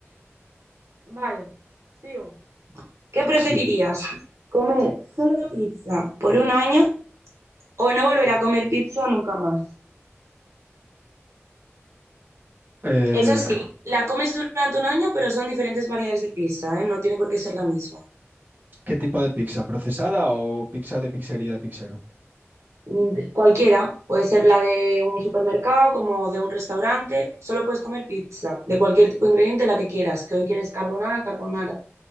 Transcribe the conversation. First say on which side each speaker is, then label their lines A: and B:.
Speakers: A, on the right; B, on the right.
A: Vale, sigo. ¿Qué preferirías?
B: Sí.
A: ¿Comer solo pizza por un año o no volver a comer pizza nunca más?
B: Eh,
A: Eso sí, la comes durante un año, pero son diferentes variedades de pizza, ¿eh? No tiene por qué ser la misma.
B: ¿qué tipo de pizza? ¿Procesada o pizza de pizzería de pizzero?
A: Mm, de- Cualquiera, puede ser la de un supermercado, como de un restaurante, solo puedes comer pizza, de cualquier tipo de ingrediente, la que quieras, que hoy quieres carbonara, carbonara,